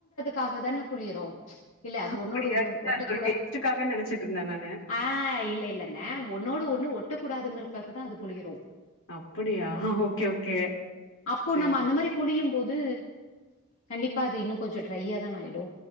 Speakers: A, on the left; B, on the left.
A: காக தான புழியிரோ இல்ல அது ஒன்னோடு
B: அப்படியா
A: ஒன்னு
B: இல்ல
A: ஒட்ட
B: அது
A: குட
B: ஒரு டேஸ்டுக்காக நெனச்சிட்டு இருந்தே நானு
A: ஆ இல்ல இல்லங்க ஒன்னோடு ஒன்னு ஒட் ஒட்ட கூடாதுங்றக்காக தா அது பொழியுரோ
B: அப்படியா ஹ ஓகே ஓகே
A: அப்போ
B: செரி
A: நம்ம அந்த மாரி புளியும் போது கண்டிப்பா அது இன்னு கொஞ்சோ ட்ரையா தான ஆயிடு